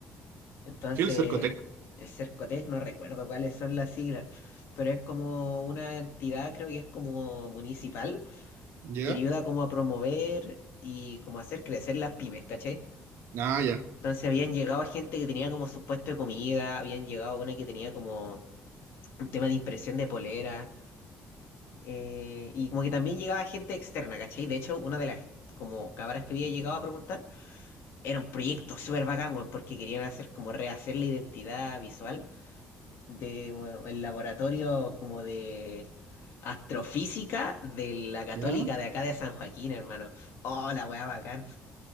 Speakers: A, on the left; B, on the right.
A: Entonces,
B: ¿Qué el Cercotec?
A: el Cercotec, no recuerdo cuáles son las siglas, pero es como una entidad, creo que es como municipal
B: ¿Ya?
A: que ayuda como a promover y como a hacer crecer las pymes, ¿cachai?
B: Ah, ya.
A: Entonces habían llegado gente que tenía como su puesto de comida, habían llegado una que tenía como un tema de impresión de polera, eh, y como que también llegaba gente externa, ¿cachai? De hecho, una de las como cabras que había llegado a preguntar era un proyecto súper bacán, weón, porque querían hacer como rehacer la identidad visual de bueno, el laboratorio como de astrofísica de la Católica
B: ¿Ya?
A: de acá de San Joaquín, hermano. Oh, la weá bacán.